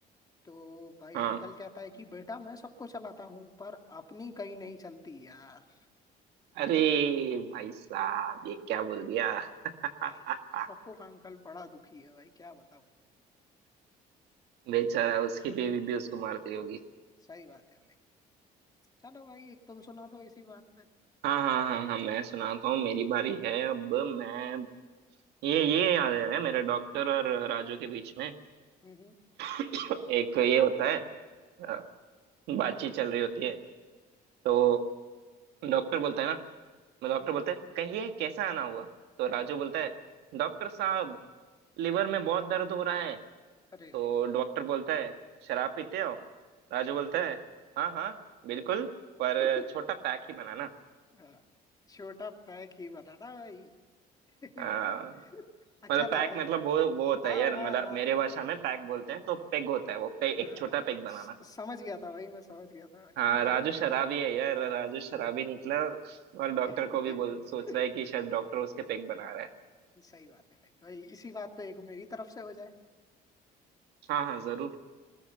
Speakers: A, on the left (about 20°); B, on the right (about 80°).
A: तो भाई
B: हाँ
A: अंकल कहता है कि बेटा मैं सबको चलाता हूँ पर अपनी कहीं नहीं चलती यार
B: अरे भाई साहब ये क्या बोल दिया <laughs>
A: भाई पप्पू का अंकल बड़ा दुखी है भाई क्या बताऊँ
B: बेचारा उसकी बीवी भी उसको मारती होगी <laughs>
A: सही बात है भाई चलो भाई एक तुम सुना दो इसी बात पे
B: हाँ हाँ हाँ हाँ मैं सुनाता हूँ मेरी बारी है अब मैं ये ये याद है ना मेरे डॉक्टर और राजू के बीच में
A: हम्म हम्म
B: <laughs> एक ये होता है अ, बातचीत चल रही होती है तो डॉक्टर बोलता है ना मैं डॉक्टर
A: हम्म
B: बोलता
A: हम्म।
B: है कहिए कैसा आना हुआ तो राजू बोलता है डॉक्टर साहब लिवर में बहुत दर्द हो रहा है
A: अरे अरे
B: तो डॉक्टर बोलता है शराब पीते हो राजू बोलता है हाँ हाँ बिल्कुल पर
A: <laughs>
B: छोटा पैक ही बनाना
A: हाँ, छोटा पैक ही बनाना भाई <laughs>
B: हाँ
A: अच्छा
B: मतलब पैक
A: था भाई
B: मतलब वो वो होता
A: हाँ
B: है यार
A: हाँ
B: मतलब
A: हाँ
B: मेरे भाषा में पैक बोलते हैं तो पेग होता है वो पे
A: हाँ,
B: एक छोटा पेग बनाना
A: स- समझ गया था भाई मैं समझ गया था <laughs> भाई
B: हाँ
A: ड्रे-
B: राजू शराबी है यार राजू शराबी निकला और डॉक्टर
A: ड्रे-
B: को भी बोल सोच
A: <laughs>
B: रहा है कि शायद डॉक्टर उसके पेग बना रहा है
A: सही बात है भाई भाई इसी बात पे एक मेरी तरफ से हो जाए
B: हाँ हाँ जरूर